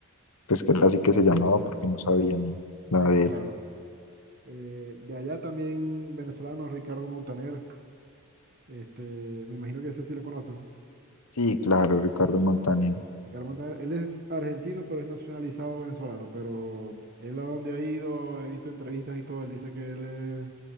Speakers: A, on the left; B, on the right.
A: pues que era así que se llamaba porque no sabía ni nada
B: Sí,
A: de
B: <laughs> claro.
A: él.
B: Eh, de allá también venezolano Ricardo Montaner, Este, me imagino que ese sí lo conoce, ¿no?
A: Sí, claro, Ricardo
B: Claro.
A: Montaner.
B: Ricardo Montaner, él es argentino, pero es nacionalizado venezolano. Pero él a donde ha ido, he visto entrevistas y todo, él dice que él es